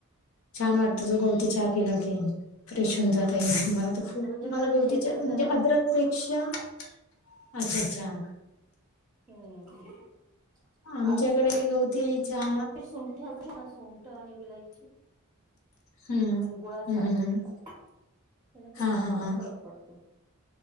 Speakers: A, on the left; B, on the right.
A: छान वाटत जो गवती हा पिला की फ्रेश होऊन
B: हम्म
A: जात आहे मला तर खूप
B: आमच्याकडे
A: मला गवतीच्या
B: शेती असल्यामुळं
A: म्हणजे अदरक पेक्षा अच्छा, अच्छा
B: हम्म
A: आमच्याकडे
B: अद्रक
A: गवती चहा
B: सुंठ अस ना सुंठ आणि विलाईची
A: हम्म
B: आणि गुळाचा
A: हम्म हम्म हम्म
B: त्याने पण
A: हा
B: पटकन
A: हा हा
B: फरक पडतो